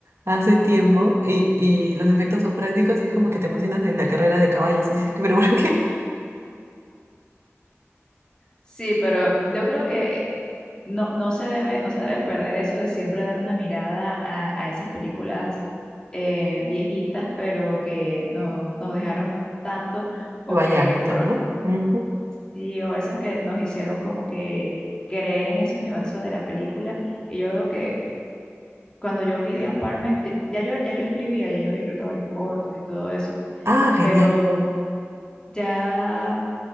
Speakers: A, on the right (about 65°); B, on the left (about 15°).
A: hace tiempo y, y los efectos son prácticos y es como que te emocionas en la carrera de caballos. Y dices, pero ¿por qué?
B: Sí, pero yo creo que No, no se debe, no se debe perder eso de siempre dar una mirada a, a esas películas eh, viejitas, pero que no- nos dejaron tanto o
A: Vaya
B: que
A: alta,
B: fueron,
A: ¿no? Ujú.
B: sí, o eso que nos hicieron como que creer en ese universo de la película. Y yo veo que cuando yo vi de Apartment, ya, ya yo, ya yo escribía, ya yo había escrito varios cortos y todo eso,
A: Ah, genial.
B: pero ya